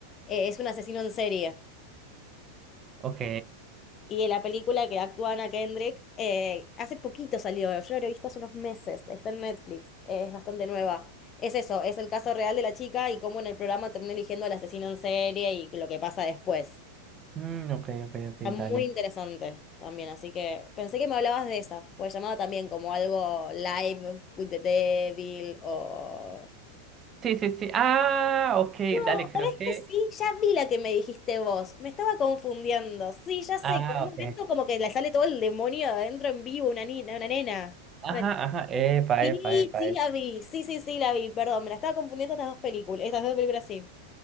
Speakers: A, on the left; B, on the right.
A: eh, es un asesino en serie.
B: Ok.
A: Y en la película que actúa Anna Kendrick, eh, hace poquito salió, yo la he visto hace unos meses, está en Netflix, es bastante nueva. Es eso, es el caso real de la chica y cómo en el programa termina eligiendo al asesino en serie y lo que pasa después.
B: Mm, ok, ok, ok,
A: Está muy
B: dale.
A: interesante también, así que pensé que me hablabas de esa, pues llamaba también como algo Live with the Devil o...
B: Sí, sí, sí. Ah, ok,
A: No,
B: dale, creo
A: ¿sabés
B: que.
A: que sí? Ya vi la que me dijiste vos, me estaba confundiendo, sí, ya sé,
B: Ah,
A: que en un
B: ok.
A: momento como que le sale todo el demonio de adentro en vivo, una niña, una nena.
B: Ajá,
A: Una-
B: ajá. Epa,
A: Sí,
B: epa, epa.
A: sí
B: epa.
A: la vi, sí, sí, sí la vi, perdón, me la estaba confundiendo estas dos películas, estas dos películas sí.